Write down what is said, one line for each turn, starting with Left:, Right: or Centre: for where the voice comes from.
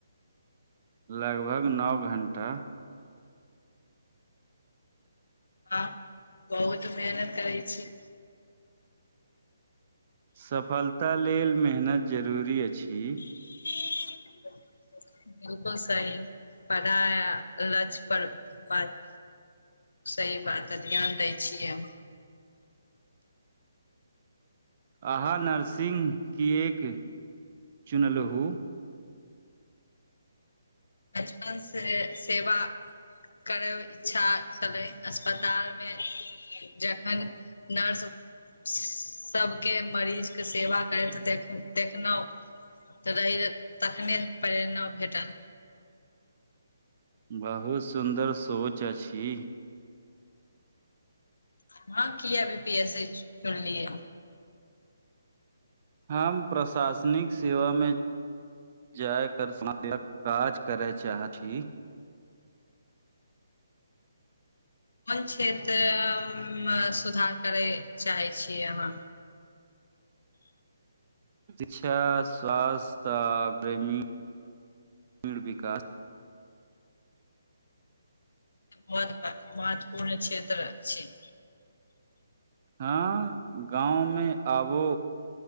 Right: लगभग नौ घण्टा।
Left: वाह! बहुत मेहनत करै छी।
Right: सफलता लेल मेहनत जरूरी अछी।
Left: ह <inaudible> बिल्कुल सही पराया लक्ष पर बात सही बात है ध्यान दै छियै, हम
Right: अहाँ नर्सिंग किएक चुनलहु
Left: बचपन से सेवा करब इच्छा छलै, अस्पतालमे जखन नर्स श सभके मरीजके सेवा करैत देख देखलहुँ, तरैअ तखने प्रेरणा भेटल
Right: बहुत सुन्दर सोच अछी।
Left: अहाँ किए वीपीएससी चु चुनलिए।
Right: हम प्रशासनिक सेवामे जाय कर सम काज करै चाहथि ही
Left: अपन क्षेत्र अ म सुधार करए चाहै छियै, अहाँ
Right: शिक्षा स्वास्थ्य आ ग्रेमी मीण विकास
Left: बहुत महत्वपूर्ण क्षेत्र छी।
Right: हँ गाँवमे आबो